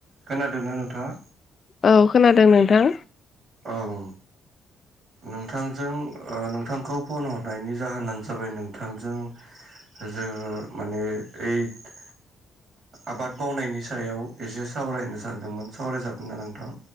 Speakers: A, on the right; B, on the left.
A: खोनादोंना नोंथाङा?
B: औ खोनादों नोंथां।
A: औ औ। नोंथांजों ओ नोंथांखौ फन हरनायनि जाहोनानो जाबाय नोंथांजों जोङो माने ओइद‌ आबाद मावनायनि सायाव एसे सावरायनो सानदोंमोन सावरायजागोन ना नोंथां?